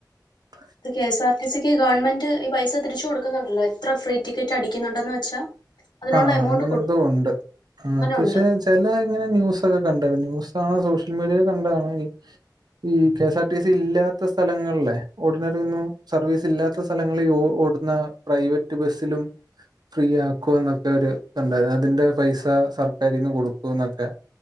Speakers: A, on the right; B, on the left.
A: <inaudible>
B: ഇത് കെഎസ്ആർ ടി സിക്ക് ഗവൺമെന്റ് ഈ പൈസ തിരിച്ചു കൊടുക്കുന്നുണ്ടല്ലോ എത്ര ഫ്രീ ടിക്കറ്റ് അടിക്കുന്നുണ്ടന്ന് വെച്ചാ അതിനുള്ള
A: ആഹ്
B: എമൗണ്ട്
A: അങ്ങനെ എന്തോ ഉണ്ട് ആഹ്
B: കൊടുക്കുന്നുണ്ട്.
A: പക്ഷെ ചില ഇങ്ങനെ ന്യൂസൊക്കെ കണ്ടാരുന്നു ന്യൂസാണ് സോഷ്യൽ മീഡിയെ കണ്ടതാണ് ഇഹ് ഈ കെഎസ് ആർ ടി സി ഇല്ലാത്ത സ്ഥലങ്ങളിലെ ഓർഡിനറി ഒന്നും സർവീസ് ഇല്ലാത്ത സ സ്ഥലങ്ങളിൽ ഓടുന്ന പ്രൈവറ്റ് ബസ്സിലും ഫ്രീ ആക്കു ക്കും എന്നൊക്കെ ഒരു ഉണ്ടായിരുന്നു അതിന്റെ പൈസ സർക്കാരിൽന്ന് കൊടുക്കും എന്നൊക്കെ